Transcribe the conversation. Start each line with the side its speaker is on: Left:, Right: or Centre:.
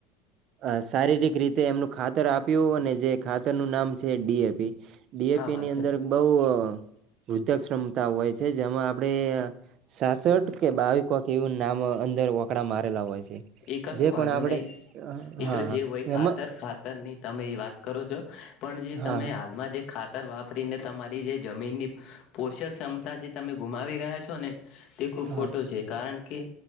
Right: અ શારીરિક રીતે એમનું ખાતર આપ્યું અને જે ખાતર નું નામ છે ડીએપી. ડીએપીની
Left: હા વાત
Right: અંદર બહુ અ વૃદ્ધાશ્રમતા હોય છે. જેમાં આપણે સાસઠ કે બાવી કોક એવું નામ અંદર ઓકડા મારેલા હોય છે.
Left: એ કશું
Right: જે
Left: વાંધો
Right: પણ આપણે
Left: નહી. એતો
Right: હા હા
Left: જે હોય ખાતર
Right: એમાં
Left: ખાત તરની તમે એ વાત કરો છો. પણ જે
Right: હા
Left: તમે હાલમાં જે ખાતર વાપરીને તમારી જે જમીનની પોષક ક્ષમતા જે તમે ગુમાવી રહ્યા છો ને. તે ખુબ
Right: હા
Left: ખોટું છે. કારણ કે